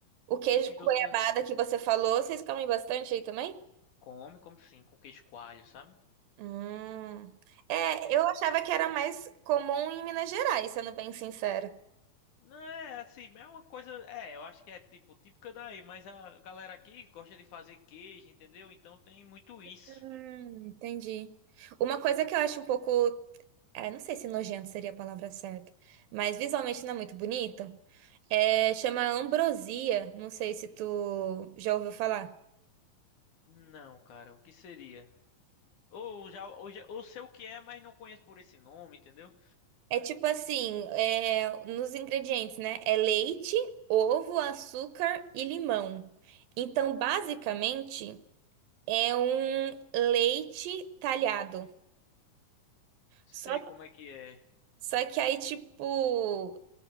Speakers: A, on the right; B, on the left.
A: O queijo
B: esses
A: com
B: doces
A: goiabada que você falou, vocês comem bastante aí também?
B: Come, como sim, com queijo coalho, sabe?
A: Hum. É,
B: Aqui é,
A: eu achava que era mais comum em Minas Gerais, sendo bem sincera.
B: não é assim, é uma coisa. É, eu acho que é tipo típica daí, mas a galera aqui gosta de fazer queijo, entendeu? Então tem muito isso.
A: Hum, entendi. Uma coisa que eu acho um pouco. É, não sei se nojento seria a palavra certa, mas visualmente não é muito bonito. É, chama ambrosia. Não sei se tu já ouviu falar.
B: Não, cara, o que seria? Ou já, ou já, ou sei o que é, mas não conheço por esse nome, entendeu?
A: É tipo assim, é, nos ingredientes, né? É leite, ovo, açúcar e limão. Então, basicamente, é um leite talhado.
B: Sei
A: Só,
B: como é que é.
A: só que aí, tipo,